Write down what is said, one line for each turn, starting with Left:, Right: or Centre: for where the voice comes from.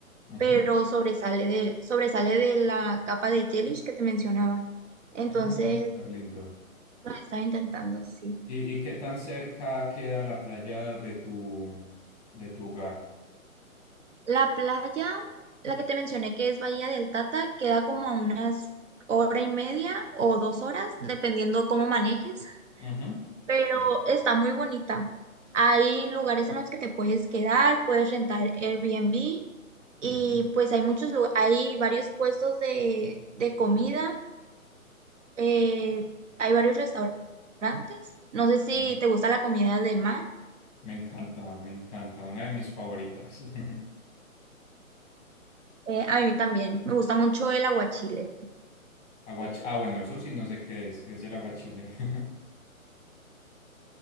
Left: Ujú.
Right: pero sobresale de, sobresale de la capa de gelish que te mencionaba. Entonces,
Left: Ah, súper lindo.
Right: lo estaba intentando, sí.
Left: ¿Y, y qué tan cerca queda la playa de tu, de tu hogar?
Right: La playa, la que te mencioné que es Bahía del Tata, queda como a unas hora y media o dos horas, dependiendo cómo manejes.
Left: Ujú.
Right: pero
Left: Sí.
Right: está muy bonita. Hay lugares en los que te puedes quedar, puedes rentar Airbnb y
Left: Ujú.
Right: pues hay muchos, lu- hay varios puestos de, de comida, eh, hay varios restaurantes. No sé si
Left: Sí.
Right: te gusta la comida de mar.
Left: Me encanta, me encanta. Una de mis favoritas. <laughs>
Right: Eh, a mí también, me gusta mucho el aguachile.
Left: Aguachi- ah, bueno, eso sí no sé qué es, qué es el aguachile. <laughs>